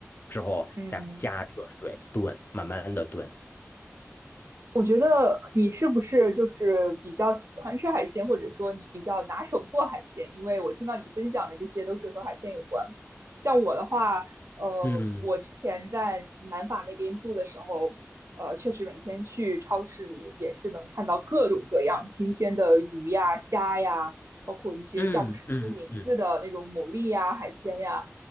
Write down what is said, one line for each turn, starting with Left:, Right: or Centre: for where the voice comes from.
Left: 之后再加热水炖，
Right: 嗯。
Left: 慢慢的炖。
Right: 我觉得你是不是就是比较喜欢吃海鲜，或者说你比较拿手做海鲜？因为我听到你分享的这些都是和海鲜有关。像我的话，呃，
Left: 嗯
Right: 我之前在南法那边住的时候，呃，确实每天去超市里也是能看到各种各样新鲜的鱼呀、虾呀，包括一些叫不出名字的那种牡蛎呀、
Left: 嗯嗯嗯，
Right: 海鲜呀。